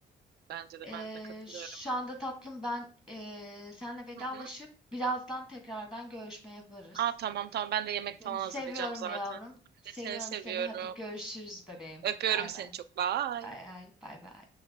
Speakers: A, on the right; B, in the centre.
A: Bence de
B: Ee,
A: ben de katılıyorum.
B: şu anda tatlım ben ee, senle vedalaşıp
A: Hı hı.
B: birazdan tekrardan görüşme yaparız.
A: Aa tamam tamam ben de yemek
B: Seni
A: falan
B: seviyorum
A: hazırlayacağım zaten.
B: yavrum. Seviyorum
A: Ben de Seni seviyorum.
B: seni. Hadi görüşürüz bebeğim.
A: Öpüyorum
B: Bay
A: seni
B: bay.
A: çok. Bye.
B: Bay bay. Bay bay.